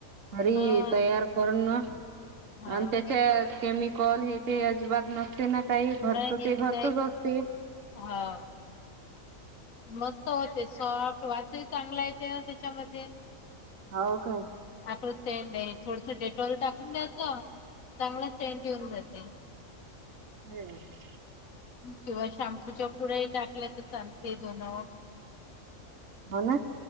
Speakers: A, on the left; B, on the right.
A: हा
B: घरी तयार करूण आणि
A: हा
B: त्याच्या
A: मी
B: केमी कॉल हे ते अजिबात नसते ना काही घरचं
A: नाही
B: ते घरचच
A: नाही
B: असते.
A: हा. मस्त होते सॉफ्ट वासही चांगला येते ना त्याच्यामध्ये.
B: हाव का?
A: आपलं सेंडय थोडस डेटॉल टाकून द्यायचं चांगलं सेंट येऊन जाते.
B: घरी राहते.
A: किंवा शॅम्पूच्या पुड्याही टाकल्या तर चालते दोन ना ओ
B: हो ना?